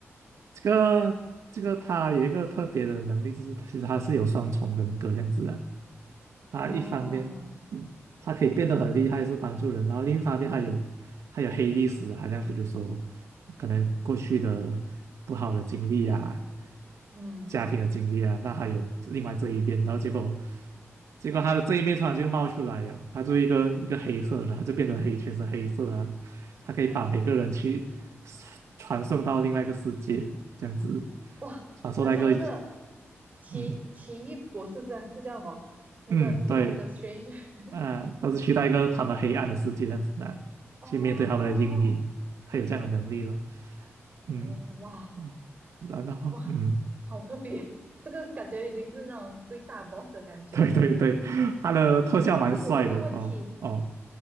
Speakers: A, on the right; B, on the right.
A: 这个这个他有一个特别的能力，就是其实他是有双重人格这样子的，他一方面
B: 啊，
A: 他可以变得很厉害，是帮助人，然后另一方面还有还有黑历史啊，好像比如说可能过去的不好的经历啊，
B: 嗯
A: 家庭的经历啊，那还有另外这一面，然后结果结果他的这一面突然就冒出来了，他就一个一个黑色的，他就变得黑，全是黑色啊，他可以把每个人去
B: 啊，
A: 传送到另外一个世界，这样子
B: 哇，
A: 传送到一个
B: 很像那个奇奇异博士是吧？
A: 嗯
B: 这叫什么？那个
A: 嗯对。
B: Doctor Strange
A: 啊，都是去到一个他们黑暗的世界这样子啊，
B: 哦
A: 去面对他们的阴影，他有这样的能力咯。嗯啊，
B: 哦哇
A: 然后嗯，
B: 哇，好特别！这个感觉已经是那种最大 boss 的感觉。
A: 对对对，他的特效蛮帅的哦哦，
B: 诶，可是我一个问题，